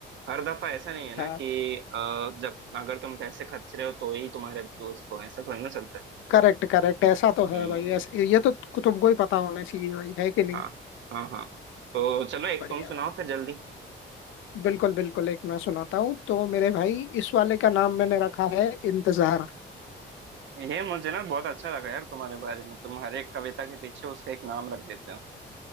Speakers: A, on the right; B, on the left.
A: हर दफा ऐसा नहीं है ना
B: हाँ
A: कि अ, जब अगर तुम पैसे खर्च रहे हो तो ही तुम्हारे दोस्त हो ऐसा थोड़ी ना चलता है
B: करेक्ट करेक्ट ऐसा तो है
A: हम्म
B: भाई ऐसे ये तो तुमको ही पता होना चाहिए भाई है कि नहीं
A: हाँ हाँ हाँ तो चलो एक
B: बढ़िया
A: तुम सुनाओ
B: भाई
A: फिर जल्दी
B: बिल्कुल बिल्कुल एक मैं सुनाता हूँ तो मेरे भाई इस वाले का नाम मैंने रखा है इंतजार
A: ये मुझे ना बहुत अच्छा लगा यार तुम्हारे बारे में तुम हर एक कविता के पीछे उसका एक नाम रख देते हो